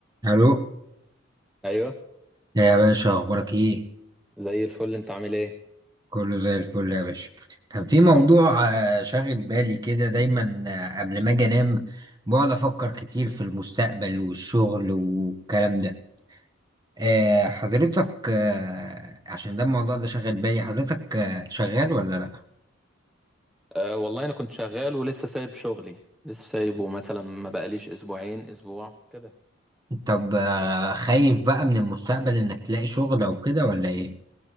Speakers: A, on the right; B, in the centre.
A: الو
B: ايوه
A: يا باشا اخبارك ايه
B: زي الفل انت عامل ايه
A: كله زي الفل يا باشا كان في موضوع
B: الحمد لله
A: آه، شاغل بالي كده دايما آه، قبل ما اجي انام بقعد افكر كتير في المستقبل والشغل والكلام ده آه، حضرتك آه، عشان ده الموضوع ده شاغل بالي حضرتك آه، شغال ولا لا
B: أه والله انا كنت شغال ولسه سايب شغلي لسه سايبه مثلا ما بقاليش اسبوعين اسبوع كده
A: طب آه، خايف بقى من المستقبل انك تلاقي شغل او كده ولا ايه